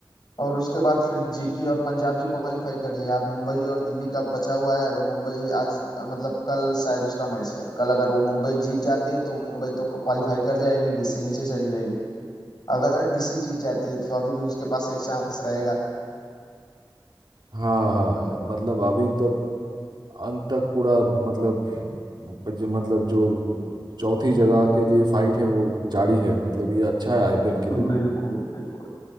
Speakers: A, on the left; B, on the right.
A: और उसके बाद फिर जीटी और पंजाब भी क्वालिफाई कर लिया अब मुंबई और दिल्ली का बचा हुआ है अगर मुंबई आज मतलब कल शायद उसका मैच है कल अगर वो मुंबई जीत जाती है तो मुंबई तो क्वालिफाई कर जाएगी डीसी नीचे चली जाएगी अगर डीसी जीत जाती है तो अभी भी उसके पास एक चांस रहेगा
B: हाँ हाँ मतलब अभी तक अंत तक पूरा मतलब जो मतलब जो चौथी जगह के लिए फाइट है वो जारी है मतलब ये अच्छा है आईपीएल के
A: बिल्कुल
B: लिए
A: बिल्कुल